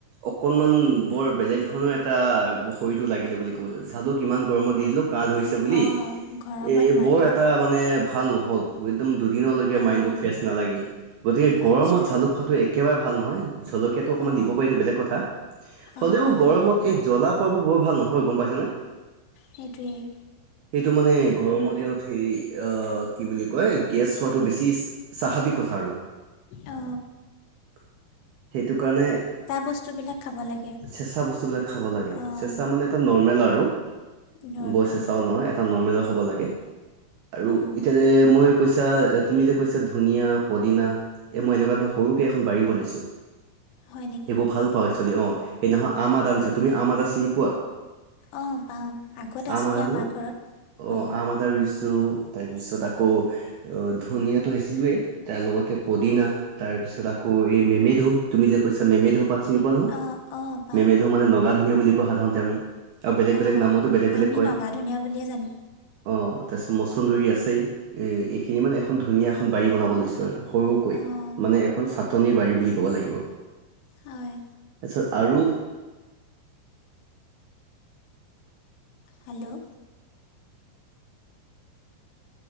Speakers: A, on the right (about 70°); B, on the left (about 80°).
A: অকনমান বৰ বেলেগ ধৰণৰ এটা শৰীৰটো লাগিলে বুলি ক'ব লাগিব। জালুক কিমান গৰমত দি দিলো কাহ ধৰিছে বুলি
B: অঁ গৰমত
A: এ
B: নোৱাৰি
A: বৰ
B: খাব
A: এটা মানে ভাল নহ'ল একদম দুদিনলৈকে
B: অঁ
A: মাইণ্ডটো ফ্ৰেছ নালাগিল। গতিকে গৰমত
B: আচ্ছা
A: জালুক খোৱাটো একেবাৰে ভাল নহয়। জলকীয়াটো অকণমান
B: অঁ
A: দিব পাৰিটো বেলেগ কথা,
B: অঁ
A: হ'লেও
B: অঁ
A: গৰমত এই জ্বলা পোৱাবোৰ বৰ ভাল নহয়! গম পাইছ নে?
B: সেইটোৱেই।
A: সেইটো মানে গৰমৰ দিনত হেৰি আহ কি বুলি কয় গেছ হোৱাটো বেছি স্বাভাৱিক কথা আৰু।
B: অ।
A: <inaudible> সেইটো কাৰণে
B: বস্তুবিলাক খাব লাগে
A: চেচা বস্তুবিলাক খাব লাগে
B: অঁ
A: চেঁচা মানে এটা নৰ্মেল আৰ- ৰু,
B: নৰ্মেল
A: বৰ চেঁচাও নহয় এটা নৰ্মেল হ'ব লাগে। আৰু
B: অঁ
A: এতিয়া যে মই কৈছা তুমি যে কৈছা ধুনীয়া পদিনা এই মই এনেকুৱা ধৰণৰ সৰুযে এখন বাৰী বনাইছোঁ
B: হয় নেকি
A: সেইবোৰ ভাল পাওঁ এক্সুৱেলি অ। সেই নহয় আম আদা আনিছো। তুমি আম আদা চিনি পোৱা?
B: অ পাওঁ। আগত আছিলে
A: আম আদাটো
B: আমাৰ ঘৰত
A: অ
B: অঁ
A: আম আদা ৰুইছো তাৰ পিছত আকৌ ধুনীয়াটো হেছিলোঁৱেই। তাৰ লগতে পদিনা তাৰ পিছত আকৌ এই মেমেধো তুমি যে কৈছা মেমেধো। পাত চিনি পোৱা নহয়?
B: অঁ অঁ পাওঁ
A: মেমেধো মানে নগা ধুনীয়া বুলি কোৱা সাধাৰণতে আমি। আৰু বেলেগ বেলেগ
B: অ
A: নামতো বেলেগ বেলেগ
B: আমি
A: কয়
B: নগা ধুনীয়া বুলিয়ে জানো্।
A: অ তাৰ পিছত মচন্দৰী আছেই এ এইখিনি মানে এখন ধুনীয়া এখন বাৰী বনাব লৈছোঁ। সৰুকৈ
B: অঁ
A: মানে এখন চাটনি বাৰী বুলি ক'ব লাগিব।
B: হয়
A: পিছত আৰু
B: হেল্ল'